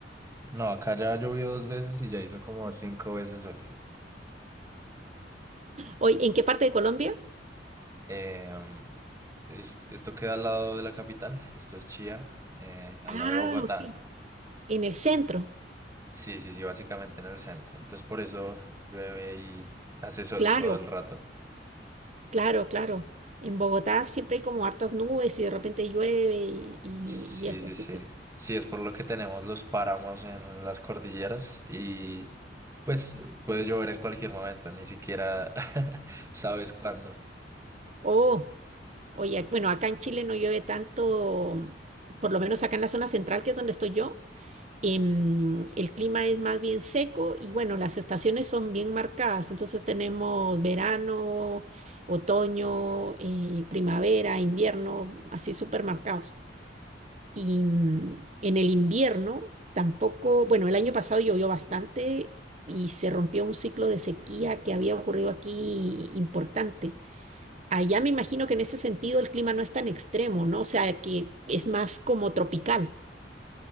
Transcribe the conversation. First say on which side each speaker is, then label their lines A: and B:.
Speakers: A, on the right; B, on the right.
A: No, acá ya llovió dos veces y ya hizo como cinco veces sol.
B: Hoy, ¿en qué parte de Colombia?
A: Em, es- esto queda al lado de la capital. Esto es Chía, eh, al
B: Ah,
A: lado de Bogotá.
B: ok. En el centro.
A: Sí, sí, sí, básicamente en el centro. Entonces por eso llueve y hace sol
B: Claro,
A: todo el rato.
B: claro, claro. En Bogotá siempre hay como hartas nubes y de repente llueve y, y,
A: Sí,
B: y eso.
A: sí,
B: así
A: sí.
B: que-
A: Sí, es por lo que tenemos los páramos en las cordilleras y pues puede llover en cualquier momento, ni siquiera <laughs> sabes cuándo.
B: Oh. Oye, ac- bueno, acá en Chile no llueve tanto, por lo menos acá en la zona central, que es donde estoy yo. em, el clima es más bien seco y bueno, las estaciones son bien marcadas. Entonces tenemos verano, otoño, eh, primavera, invierno, así súper marcados. Y mm, en el invierno tampoco, bueno, el año pasado llovió bastante y se rompió un ciclo de sequía que había ocurrido aquí importante. Allá me imagino que en ese sentido el clima no es tan extremo, ¿no? O sea, que es más como tropical.